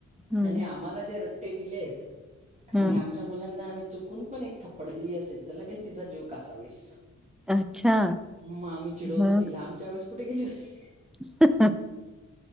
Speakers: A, in the centre; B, on the right (about 25°).
A: हं,
B: आणि आम्हाला जे रट्टे दिलेत
A: हं.
B: आणि आमच्या मुलांना आम्ही चुकून पण एक थप्पड दिली असेल तर लगेच तिचा जीव कासावीस
A: अच्छा.
B: म आम्ही चिडवतो
A: हो
B: तिला आमच्या वेळेस कुठे गेली होती.
A: <unintelligible>